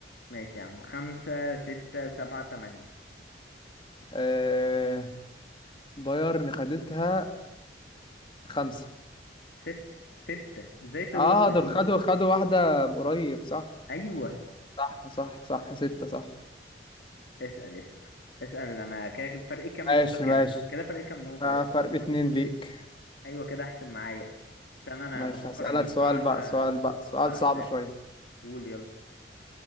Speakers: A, on the left; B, on the left.
A: ماشي يا عم خمسة ستة سبعة تمانية
B: آه بايرن خدتها خمسة
A: ستة ستة ازاي تغلط
B: اه
A: في
B: دول
A: دي
B: خدوا خدوا واحدة قريب صح
A: ايوه
B: صح صح صح ستة صح
A: اسأل اسأل اسأل انا كده فرق كام
B: ماشي
A: نقطة كده
B: ماشي
A: كده فرق كام نقطة
B: آه،
A: بس
B: فرق اتنين ليك
A: ايوه كده احسن معايا عشان انا
B: ماشي
A: بفكر
B: هسألك
A: اجيب
B: سؤال
A: عشاء
B: بقى سؤال بقى سؤال
A: على
B: صعب
A: حسابك
B: شوية
A: قول يلا